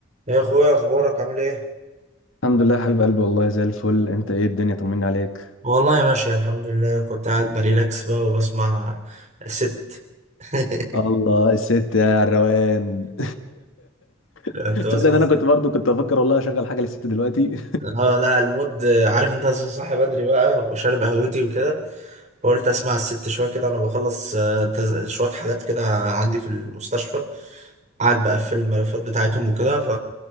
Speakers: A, on the right; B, on the left.
A: يا اخويا اخبارك عامل ايه
B: الحمد لله يا حبيب قلبي والله زي الفل انت ايه الدنيا طمني عليك
A: والله ماشي الحمد لله كنت قاعد بريلاكس بقى وبسمع ست <laughs>
B: الله الست يا الروقان <laughs>
A: كنت بسمع
B: تصدق ان انا
A: ست.
B: كنت برضو كنت افكر والله اشغل حاجه للست دلوقتي
A: اه لا المود عارف انت صاحي بدري بقى وشارب قهوتي وكده فقلت اسمع الست شويه كده انا بخلص آه، تز- شويه حالات كده عندي في المستشفى قاعد بقفل الملفات بتاعتهم وكده ف